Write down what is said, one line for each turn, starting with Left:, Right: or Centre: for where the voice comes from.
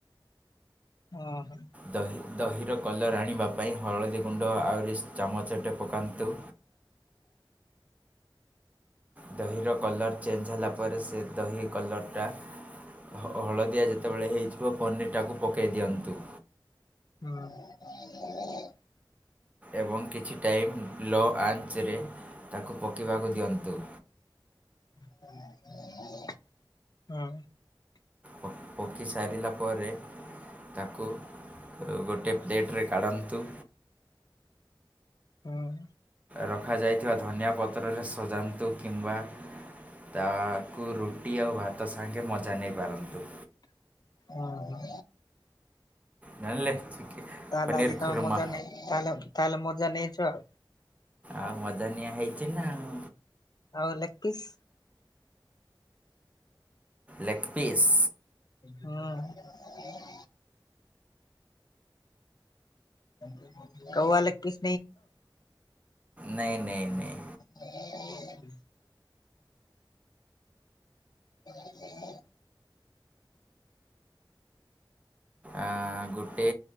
Left: ଓ ହୋ।
Right: ଦହି ଦହିର କଲର୍ ଆଣିବା ପାଇଁ ହଳଦୀ ଗୁଣ୍ଡ ଆହୁରି ଚାମଚଟେ ପକାନ୍ତୁ। ଦହିର କଲର୍ ଚେଞ୍ଜ ହେଲା ପରେ ସେ ଦହି କଲର୍ଟା ହଳଦିଆ ଯେତେବେଳେ ହେଇଯିବ ପନିରଟାକୁ ପକାଇ ଦିଅନ୍ତୁ।
Left: ହୁଁ।
Right: ଏବଂ କିଛି ଟାଇମ୍ ଲୋ ଆଞ୍ଚରେ ତାକୁ ପକାଇବାକୁ ଦିଅନ୍ତୁ।
Left: <inaudible> ଅଁ।
Right: ପ-ପକ୍ଷୀ ସାରିଲା ପରେ ତାକୁ ଗୋଟେ ପ୍ଲେଟ୍ ରେ କାଢନ୍ତୁ।
Left: ହଁ।
Right: ରଖାଯାଇଥିବା ଧନିଆ ପତ୍ରରେ ସଜାନ୍ତୁ କିମ୍ବା ତା କୁ ରୁଟି ଆଉ ଭାତ ସାଙ୍ଗେ ମଜା ନେଇପାରନ୍ତୁ।
Left: ଓ ହୋ।
Right: ଜାଣିଲେ।
Left: ତାହେଲେ
Right: ପନିର
Left: ଆଜି
Right: ଖୁର୍ମା
Left: ତମେ ମଜା ନେଇ ତାହେଲେ- ତାହେଲେ ମଜା ନେଇଚ ଆଉ।
Right: ଆଉ ମଜା ନିଆ ହେଇଚି ନା ଆଉ।
Left: ଆଉ ଲେଗ୍ ପିସ୍?
Right: Leg piece?
Left: ହଁ। <unintelligible> Leg piece.
Right: ନାଇଁ
Left: <unintelligible>
Right: ନାଇଁ ନାଇଁ
Left: <inaudible> <inaudible>
Right: ଆଁ-ଗୋଟେ